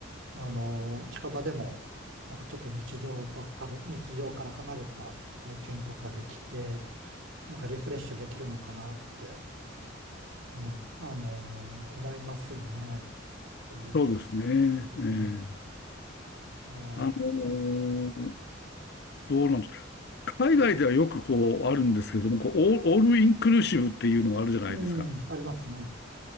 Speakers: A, on the right; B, on the left.
A: あの、近場でも、なんかちょっと日常とから、日常から離れた体験とかできて、なんかリフレッシュできるのかなって、ね、あの、思いますよね。そういう。
B: そうですね。
A: うん
B: ええ
A: ああ、
B: あのーどうなんですか。海外ではよくこうあるんですけれども、こうオー、オールインクルーシブっていうのがあるじゃないですか。
A: うん、ありますね。